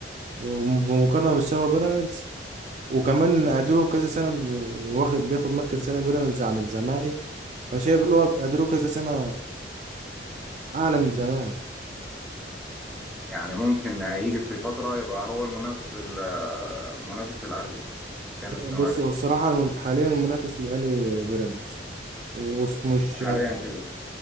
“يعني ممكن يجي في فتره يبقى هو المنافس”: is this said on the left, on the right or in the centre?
Centre